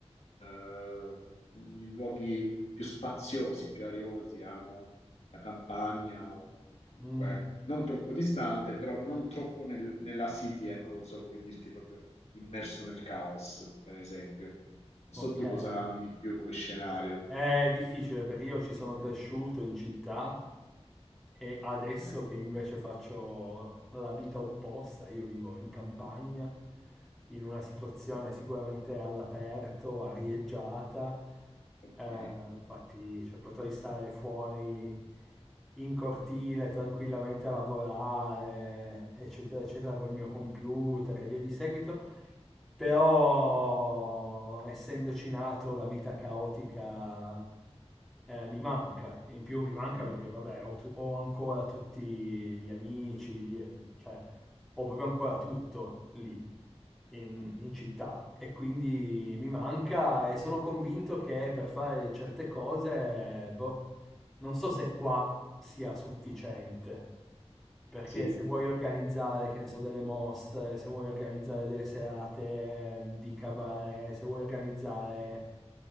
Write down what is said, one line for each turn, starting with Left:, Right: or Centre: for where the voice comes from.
Left: eh, i luoghi più spaziosi, più ariosi, amo la campagna, o comunque
Centre: Mm,
Left: non troppo distante, però non troppo nel- nella city, ecco, non so come dirti, proprio immerso nel caos, per esempio. Non
Centre: ok.
Left: so tu cosa ami di più come scenario.
Centre: È difficile perché io ci sono cresciuto in città e adesso
Left: Ok,
Centre: che invece faccio la vita opposta, io vivo in campagna, in una situazione sicuramente all'aperto, arieggiata,
Left: ok.
Centre: eh, infatti cioè, potrei stare fuori in cortile tranquillamente a lavorare, eccetera, eccetera, col mio computer e via di seguito. Però, essendoci nato, la vita caotica eh, mi manca. In più mi manca
Left: Mm,
Centre: perché,
Left: mm,
Centre: vabbè, ho, tu- ho ancora tutti gli amici, gli- cioè, ho proprio ancora tutto lì in,
Left: mm.
Centre: in città e quindi mi manca e sono convinto che per fare certe cose, boh, non so se qua sia sufficiente, perché
Left: Sì,
Centre: se vuoi organizzare, che ne so, delle mostre, se vuoi organizzare delle serate di cabaret, se vuoi organizzare...